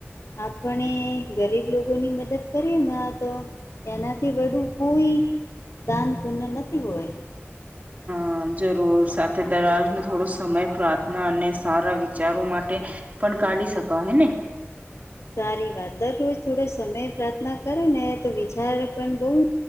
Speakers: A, on the left; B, on the right.
A: આપણે ગરીબ લોકોની મદદ કરીએના તો એનાથી વધું કોઈ દાન પુણ નથી હોય
B: અહ જરૂર સાથે દરવાજનો થોડો સમય પ્રાર્થના અને સારા વિચારો માટે પણ કાઢી શકો હ ને
A: સારી વાત દરરોજ થોડો સમય પ્રાર્થના કરે ને તો વિચાર પણ બહુ